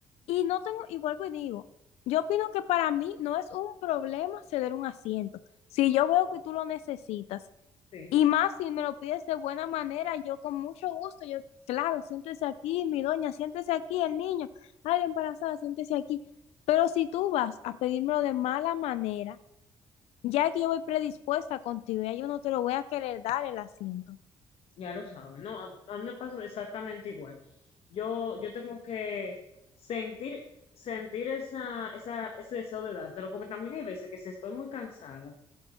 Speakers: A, on the left (about 80°); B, on the left (about 70°).
A: y no tengo, y vuelvo y digo, yo opino que para mí no es un problema ceder un asiento. Si yo veo
B: No,
A: que tú lo necesitas,
B: sí.
A: y más si me lo pides de buena manera, yo con mucho gusto, yo, claro, siéntese aquí, mi doña, siéntese aquí, el niño, ay, la embarazada, siéntese aquí. Pero si tú vas a pedírmelo de mala manera, Ya que yo voy predispuesta contigo, ya yo no te lo voy a querer dar el asiento.
B: Ya lo saben, no, a, a mí me pasa exactamente igual. Yo, yo tengo que sentir, sentir esa, esa, ese deseo de dártelo, porque también hay veces que si estoy muy cansada,